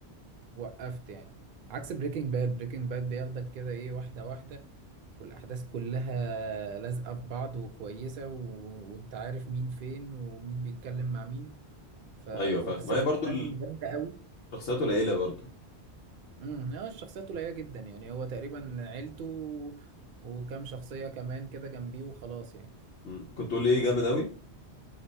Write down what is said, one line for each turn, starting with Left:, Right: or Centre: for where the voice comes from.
Right: وقفت يعني عكس بريكنج باد بريكنج باد بياخدك كده ايه واحده واحده والأحداث كلها لازقة في بعض وكويسة و... وأنت عارف مين فين ومين بيتكلم مع مين ف...
Left: ايوه
Right: وقصته
Left: فاهم ما هي برضو
Right: كمان جامدة قوي
Left: شخصيات قليله برضو
Right: امم هو الشخصيات قليلة جدا يعني هو تقريبا عيلته و... وكام شخصية كمان كده جنبيه وخلاص يعني
Left: مم. كنت تقول لي ايه جامد قوي